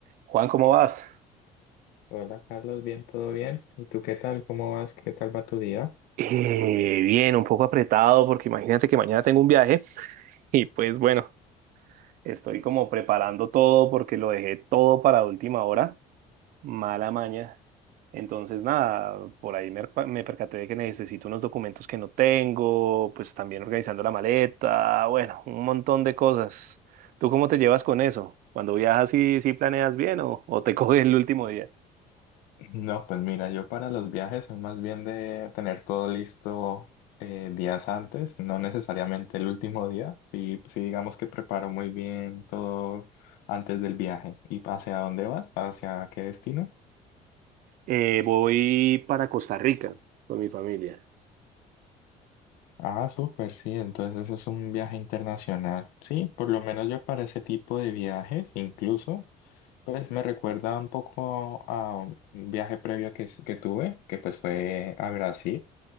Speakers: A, on the right (about 65°); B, on the left (about 85°).
A: Juan, ¿cómo vas?
B: Hola Carlos, bien, todo bien. ¿Y tú qué tal? ¿Cómo vas? ¿Qué tal va tu día?
A: Eh, bien, un poco apretado porque imagínate que mañana tengo un viaje <laughs> y pues bueno, estoy como preparando todo porque lo dejé todo para última hora, mala maña. Entonces nada, por ahí me, me percaté de que necesito unos documentos que no tengo, pues también organizando la maleta, bueno, un montón de cosas. ¿Tú cómo te llevas con eso? Cuando viajas, ¿sí, sí planeas bien o, o te <laughs> coges el último día?
B: No, pues mira, yo para los viajes soy más bien de tener todo listo eh, días antes, no necesariamente el último día, sí, pues sí digamos que preparo muy bien todo antes del viaje. ¿Y hacia dónde vas? ¿Hacia qué destino?
A: Eh, voy para Costa Rica con mi familia.
B: Ah, súper, sí, entonces es un viaje internacional. Sí, por lo menos yo para ese tipo de viajes, incluso. Pues me recuerda un poco a un viaje previo que, s- que tuve, que pues fue a Brasil,